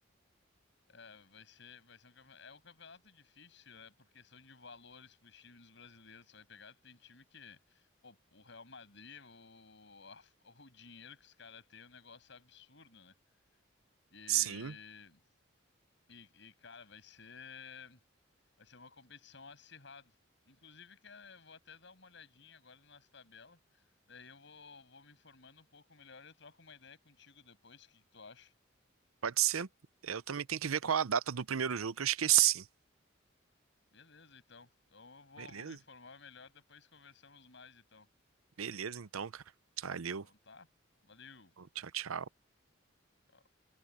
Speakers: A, on the left; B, on the right.
A: É, vai ser, vai ser um campeonato, é um campeonato difícil, né? Por questão de valores para os times brasileiros, você vai pegar, tem time que, pô, o Real Madrid, o, a- o dinheiro que os caras têm é um negócio absurdo, né? E,
B: Sim.
A: e, e, cara, vai ser. Vai ser uma competição acirrada. Inclusive, que eh, vou até dar uma olhadinha agora nas tabelas. Daí eu vou, vou me informando um pouco melhor e eu troco uma ideia contigo depois. O que que tu acha?
B: Pode ser. Eu também tenho que ver qual a data do primeiro jogo que eu esqueci.
A: Beleza, então. Então eu vou,
B: Beleza?
A: vou me informar melhor, depois conversamos mais, então.
B: Beleza, então, cara. Valeu.
A: Então tá. Valeu.
B: Tchau, tchau.
A: Tchau.